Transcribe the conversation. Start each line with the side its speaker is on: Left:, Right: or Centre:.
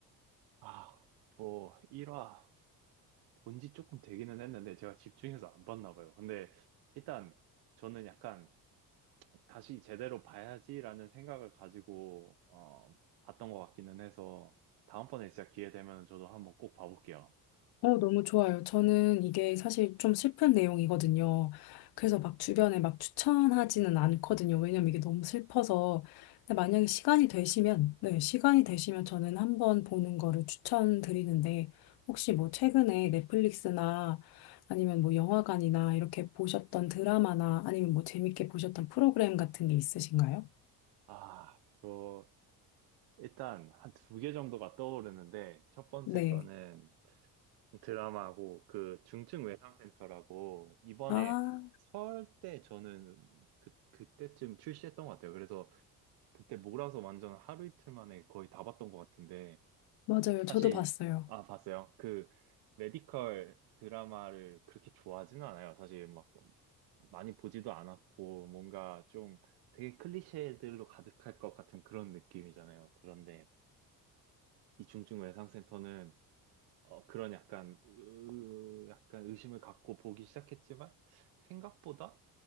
Right: 아, 저 1화 본지 조금 되기는 했는데 제가 집중해서 안 봤나 봐요. 근데 일단 저는 약간 다시 제대로 봐야지라는 생각을 가지고 어, 봤던 것 같기는 해서 다음번에 진짜 기회 되면 저도 한번 꼭 봐볼게요.
Left: 어, 너무 좋아요. 저는 이게 사실 좀 슬픈 내용이거든요. 그래서 막 주변에 막 추천하지는 않거든요. 왜냐면 이게 너무 슬퍼서. 근데 만약에 시간이 되시면, 네, 시간이 되시면 저는 한번 보는 거를 추천드리는데, 혹시 뭐 최근에 넷플릭스나 아니면 뭐 영화관이나 이렇게 보셨던 드라마나 아니면 뭐 재밌게 보셨던 프로그램 같은 게 있으신가요?
Right: 아, 저 일단 한 두 개 정도가 떠오르는데 첫 번째
Left: 네.
Right: 거는 드라마고 그 중증외상센터라고 이번에
Left: 아,
Right: 설 때 저는 그, 그때쯤 출시했던 것 같아요. 그래서 그때 몰아서 완전 하루 이틀 만에 거의 다 봤던 것 같은데
Left: 맞아요. 저도
Right: 사실
Left: 봤어요.
Right: 아 봤어요. 그 메디컬 드라마를 그렇게 좋아하지는 않아요. 사실 막 많이 보지도 않았고 뭔가 좀 되게 클리셰들로 가득할 것 같은 그런 느낌이잖아요. 그런데 이 중증외상센터는 어, 그런 약간 으, 약간 의심을 갖고 보기 시작했지만 생각보다